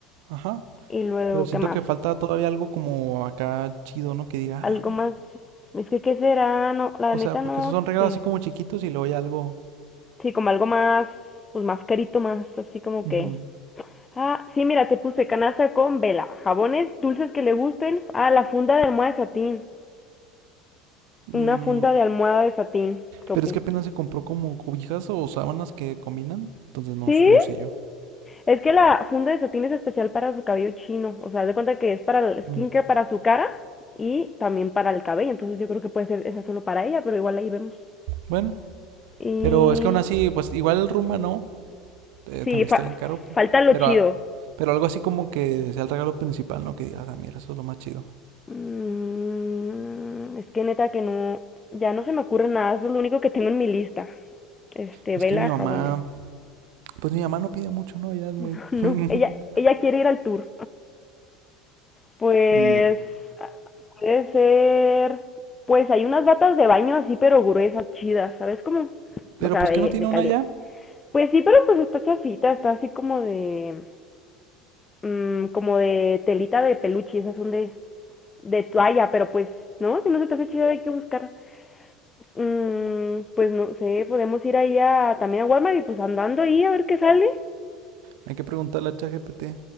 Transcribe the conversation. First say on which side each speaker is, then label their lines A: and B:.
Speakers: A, on the right; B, on the left.
A: ajá.
B: Y luego,
A: Pero siento
B: ¿qué más?
A: que falta todavía algo como acá chido, ¿no? Que diga,
B: Algo
A: ah, mira.
B: más. Es que, ¿qué será? No, la
A: O
B: neta
A: sea, porque
B: no
A: esos son regalos
B: sé.
A: así como chiquitos y luego hay algo.
B: Sí, como algo más, pues más carito, más así como
A: Ujú.
B: que. Ah, sí, mira, te puse canasta con vela, jabones dulces que le gusten. Ah, la funda de almohada de satín. Una
A: Mm,
B: funda de almohada de satín. ¿Qué opinas?
A: pero es que apenas se compró como cobijas o sábanas que combinan. Entonces no,
B: ¿Sí?
A: no sé yo.
B: Es que la funda de satín es especial para su cabello chino. O sea, haz de cuenta que es para el skincare,
A: Mm,
B: para su cara y también para el cabello. Entonces yo creo que puede ser esa solo para ella, pero igual ahí vemos.
A: Bueno,
B: Y
A: pero es que aún así, pues igual el Rumba no, eh,
B: sí,
A: también
B: fa-
A: está bien caro, pe-
B: falta lo
A: pero,
B: chido.
A: a- pero algo así como que sea el regalo principal, ¿no? Que digas, ah, mira, eso es lo más chido.
B: Mm, es que neta que no, ya no se me ocurre nada. Eso es lo único que tengo en mi lista. Este,
A: Pues
B: vela
A: que mi mamá,
B: jabones.
A: pues mi mamá no pide mucho, ¿no? Ella es muy...
B: <laughs>
A: <laughs>
B: No, ella, ella quiere ir al tour. Pues
A: y...
B: puede ser, pues hay unas batas de baño así pero gruesas, chidas, ¿sabes cómo?
A: Pero
B: O sea,
A: pues
B: de,
A: que no tiene
B: de calidad.
A: una ya,
B: Pues sí, pero pues está chafita, está así como de, mm, como de telita de peluche, esas son de, de toalla, pero pues, ¿no? Si no se te hace chido hay que buscar. Mm, pues no sé, podemos ir ahí a, también a Walmart y pues andando ahí a ver qué sale.
A: hay que preguntarle a ChatGPT.